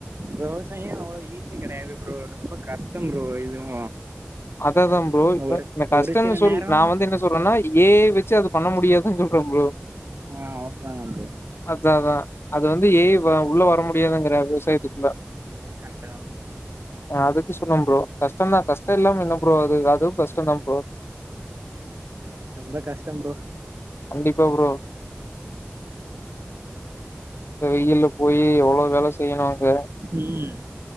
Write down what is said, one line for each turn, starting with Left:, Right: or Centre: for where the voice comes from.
Right: விவசாயோ அவ்வளவு ஈஸி கெடயாது ப்ரோ ரொம்ப கஷ்டோ ப்ரோ இதுவு
Left: அத தா ப்ரோ இப்ப
Right: ஒரு
Left: கஷ்டம்ன்னு
Right: ஒரு சில
Left: சொல்லு
Right: நேரோ
Left: நா வந்து என்ன சொல்றேன்னா ஏ ஐ வச்சு அது பண்ண முடியாதுன் சொல்றே ப்ரோ
Right: ஆ ஓகே வந்து
Left: அதா அதா அது வந்து ஏ ஐ உள்ள வர முடியாதுங்குறே விவசாயத்துக்குள்ள
Right: கரெட்டு தா ப்ரோ
Left: அதுக்கு சொன்னே ப்ரோ கஷ்ட்ந்தா கஷ்ட இல்லாம என்ன ப்ரோ அது அதுவு கஷ்டந்தா ப்ரோ
Right: ரொம்ப கஷ்டம் ப்ரோ
Left: கண்டிப்பா ப்ரோ இந்த வெயில்ல போயி எவ்ளோ வேல செய்யனு அங்க
Right: ம்